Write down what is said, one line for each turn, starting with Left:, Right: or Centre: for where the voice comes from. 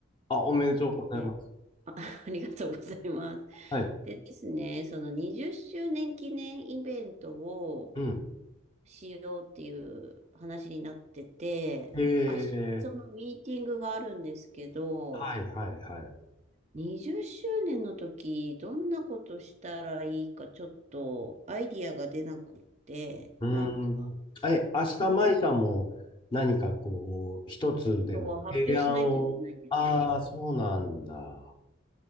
Left: あ、おめでとうございます。
Right: え、あ、<laughs> ありがとうございま
Left: はい。
Right: す。でですね、その20周年記念イベントを、
Left: うん。
Right: しようっていう話になってて、
Left: へえ。
Right: 明日そのミーティングがあるんですけど、
Left: はいはいはい。
Right: 20周年の時、どんなことしたらいいかちょっとアイディアが出なくって、
Left: うん。
Right: なんか
Left: え、明日、
Right: ありますか
Left: 舞さんも何かこう、一つでも提案を。
Right: そう発表しないといけないんですよ。
Left: ああ、そうなんだ。